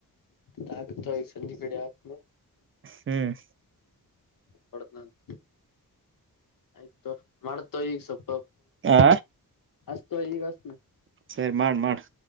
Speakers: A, on the left (about 65°); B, on the right (about 35°).
A: ಟ್ಯಾಕ್ಟರ ಈ ಸಂದಿ ಕಡೆ ಆಕ್ಲ
B: ಹ್ಮ್
A: ಕೊಡತ್ ನಂತ ಆಯ್ತು ಮಾಡ್ತವ್ ಈಗ ಸ್ವಲ್ಪ
B: ಆ
A: ಅಸ್ತ ಈಗ ಅಸ್ತೀನಿ.
B: ಸರಿ ಮಾಡ್ ಮಾಡು